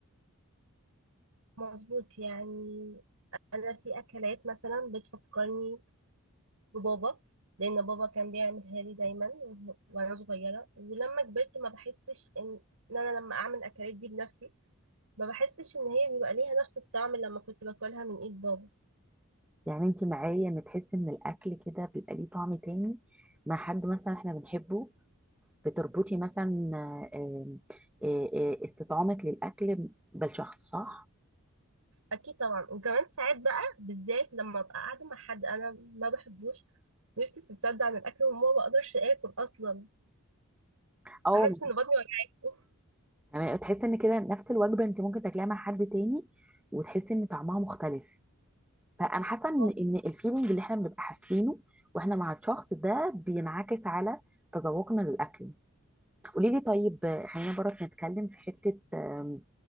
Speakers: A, on the right; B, in the centre.
A: مظبوط يعني أنا في أكلات مثلا بتفكرني ببابا لأن بابا كان بيعملها لي دايما وه- وأنا صغيرة ولما كبرت ما بحسش إن إن أنا لما أعمل الأكلات دي بنفسي ما بحسش إن هي بيبقى ليها نفس الطعم اللي لما كنت باكلها من إيد بابا
B: يعني انت معايا ان تحس ان الاكل كده بيبقى ليه طعم تاني مع حد مثلا احنا بنحبه بتربطي مثلا آه، آه، آه، استطعامك للاكل بالشخص صح
A: اكيد طبعا وكمان ساعات بقى بالذات لما ابقى قاعده مع حد انا ما بحبوش نفسي بتتصدع عن الاكل وما بقدرش اكل اصلا
B: او
A: بحس ان بطني وجعاني أوف،
B: تمام تحس ان كده نفس الوجبه انت ممكن تاكليها مع حد تاني وتحسي ان طعمها مختلف فانا حاسه ان
A: ما
B: ان الفيلينج اللي احنا بنبقى حاسينه واحنا مع الشخص ده بينعكس على تذوقنا للاكل قولي لي طيب آه، خلينا برك نتكلم في حته آم،